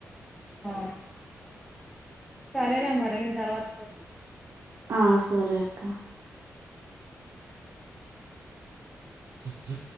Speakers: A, in the centre; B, on the right.
A: ఆ సరేలే మరి నేను తర్వాత చ
B: ఆ సరే అక్క చె